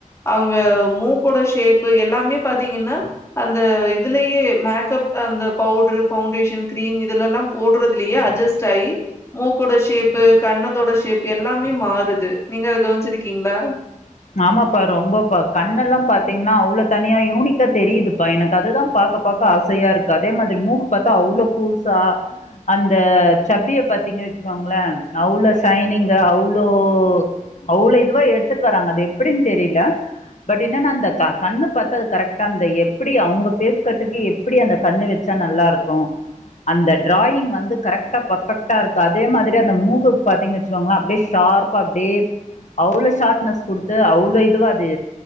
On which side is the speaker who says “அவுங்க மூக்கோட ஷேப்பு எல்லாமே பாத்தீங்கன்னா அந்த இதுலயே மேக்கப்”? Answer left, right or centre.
Left